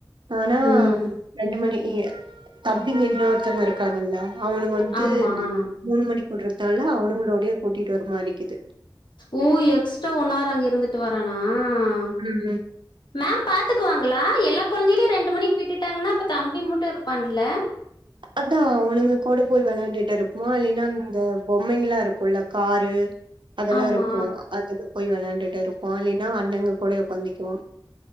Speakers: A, on the right; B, on the left.
A: ஆனா
B: ம்
A: ரெண்டு மணி ஏ தம்பிங்க இன்னொருத்தவுங்க இருக்காங்கல அவனுங்க வந்து
B: ஆமா
A: மூணு மணிக்கு உடுற <unintelligible> அவனுங்களோடையே கூட்டிட்டு வர மாரிக்குது
B: ஓ எக்ஸ்ட்ரா ஒன்னார் அங்க இருந்துட்டு வரனா ஆஹ்ன்
A: ம் ம்
B: மேம் பாத்துக்குவாங்களா எ ல்லா கொழந்தையளையு ரெண்டு மணிக்கு விட்டுட்டாங்கன்னா அப்ப தம்பி மட்டு இருப்பான்ல
A: அதான் அவனுங்க கூடு போய் வெளயாண்டுட்டு இருப்பா இல்லைனா அந்த பொம்மைங்களா இருக்குல்ல காரு அதெல்லா
B: ஆமா
A: இருக்கு அதில போய் வெளயாண்டுட்டு இருப்பா இல்லேன்னா அண்ணங்க கூட உக்காந்திக்குவா